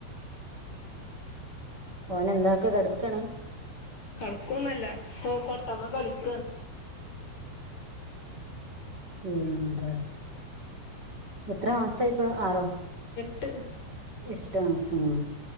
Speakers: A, on the right (about 20°); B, on the left (about 40°).
A: ഓന് എന്താക്കാ കേടക്കാണ്
B: കേടക്കൊന്നല്ല ഇപ്പൊ കൊട്ടമ്മെ കളിക്കാണ്
A: എന്താ എത്ര മാസായിപ്പോ ആറോ
B: എട്ട്
A: എട്ട് മാസം